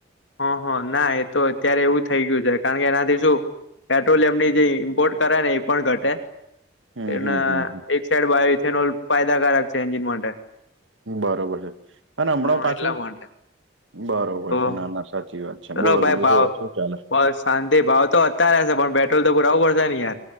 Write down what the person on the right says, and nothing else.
હમ
હમ હમ હમ.
બરોબર છે અને હમણાં
પાછું,
બરોબર
છે. ના ના સાચી વાત. અચ્છા.
બોલો
બીજુ
કો શું ચાલે?